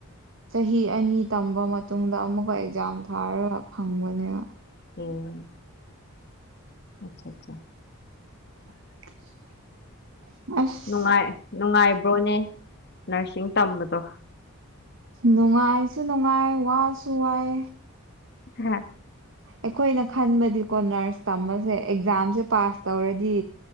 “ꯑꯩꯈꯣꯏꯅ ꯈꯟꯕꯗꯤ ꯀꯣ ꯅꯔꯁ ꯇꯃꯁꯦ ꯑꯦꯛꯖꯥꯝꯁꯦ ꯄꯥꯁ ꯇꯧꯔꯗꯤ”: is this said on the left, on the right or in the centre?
Right